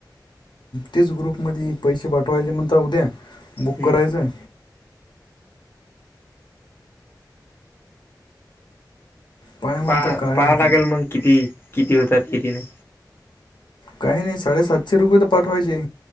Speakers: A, on the left (about 85°); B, on the left (about 30°).
A: तेच ग्रुपमध्ये पैसे पाठवायचे म्हणता उद्या बुक
B: हम्म
A: करायचं. पाय मग
B: पाहा
A: आता काय
B: पहावं लागेल
A: ते.
B: मग किती किती होतात किती नाही.
A: काही नाही साडेसातशे रुपये तर पाठवायचे